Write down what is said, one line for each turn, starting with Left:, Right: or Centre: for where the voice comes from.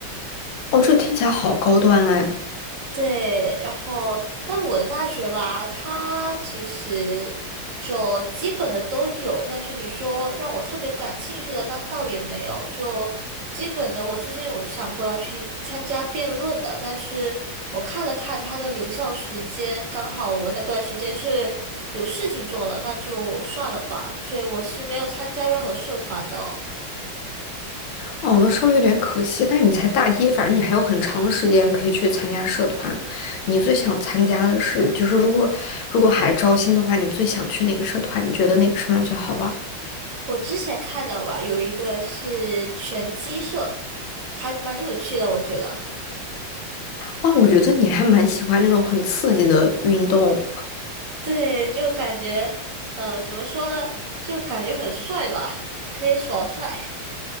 Left: 哦，这听起来好高端哎。
Right: 对，然后但我的大学吧，它其实就基本的都有，但是你说让我特别感兴趣的，那倒也没有。就基本的，我之前有想过要去参加辩论的，但是我看了看它的留校时间，刚好我那段时间是有事情做了，那就算了吧，所以我是没有参加任何社团的哦
Left: 哦，那稍微有点可惜，但是你才大一，反正你还有很长的时间可以去参加社团。你最想参加的是，就是如果如果还招新的话，你最想去哪个社团？你觉得哪个社团最好玩儿
Right: 我之前看到吧，有一个是拳击社，还蛮有趣的，我觉得。
Left: 哇，我觉得你还蛮喜欢那种很刺激的运动。
Right: 对，就感觉，呃，怎么说呢？就感觉很帅吧，可以耍帅。